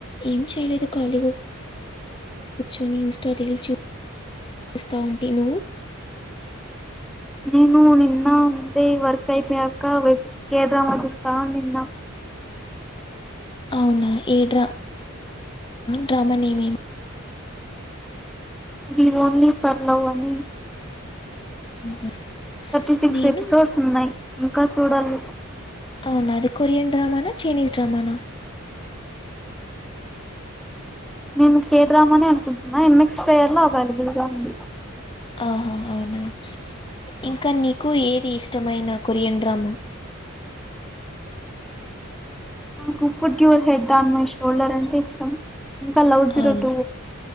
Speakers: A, on the left (about 25°); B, in the centre.
A: ఏం చేయలేదు ఖాళీగా కూర్చొని ఇన్స్టా రీల్స్ చూస్తావుంటి నువ్వు <inaudible>
B: నేను నిన్న ఉంటే వర్క్ అయిపోయాక వెబ్ కెడ్రామా చూస్తా నిన్న
A: అవునా ఏడ డ్రామా నేమేమి
B: అది ఓన్లీ ఫర్ లవ్ అని
A: ఊహూ
B: థర్టీ సిక్స్
A: నేను
B: ఎపిసోడ్స్ ఉన్నాయి ఇంకా చూడాలి
A: అవునా అది కొరియన్ డ్రామనా చైనీస్ డ్రామానా
B: నేను కే డ్రామా అనే అనుకుంటున్నా ఎంఎక్స్ ప్లేయర్ లో అవైలబుల్ గా ఉంది
A: ఆహా అవునా ఇంకా నీకు ఏది ఇష్టమైన కొరియన్ డ్రామా
B: నాకు food your head on my shoulder అంటే ఇష్టం ఇంకా లవ్ జీరో
A: అవును
B: టూ